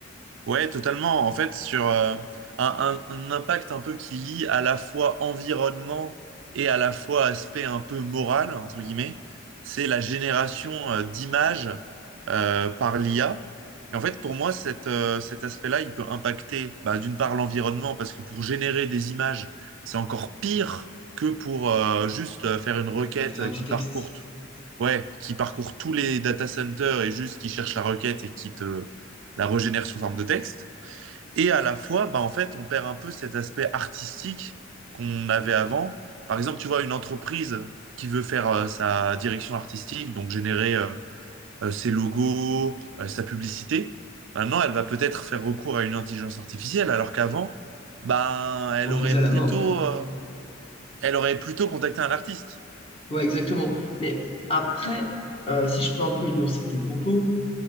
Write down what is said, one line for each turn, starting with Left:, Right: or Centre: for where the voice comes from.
Right: Ouais, totalement. En fait, sur euh, un, un- un impact un peu qui lie à la fois environnement et à la fois aspect un peu moral, entre guillemets, c'est la génération euh, d'images euh, par l'IA. Et en fait, pour moi, cette, euh, cet aspect-là, il peut impacter bah, d'une part l'environnement, parce que pour générer des images, c'est encore pire que pour euh, juste euh, faire une requête
Left: à faire
Right: euh,
Left: du
Right: qui
Left: texte,
Right: parcourt ouais, qui parcourt tous les data centers et juste qui cherche la requête et qui te la régénère sous forme de texte. Et à la fois, bah, en fait, on perd un peu cet aspect artistique qu'on avait avant. Par exemple, tu vois, une entreprise qui veut faire euh, sa direction artistique, donc générer euh, euh, ses logos, euh, sa publicité, maintenant, elle va peut-être faire recours à une intelligence artificielle, alors qu'avant, ben, elle
Left: On le
Right: aurait
Left: faisait à
Right: plutôt,
Left: la main.
Right: euh, elle aurait plutôt contacté un artiste.
Left: Ouais, exactement. Mais après, euh, si je peux un peu nuancer tes propos,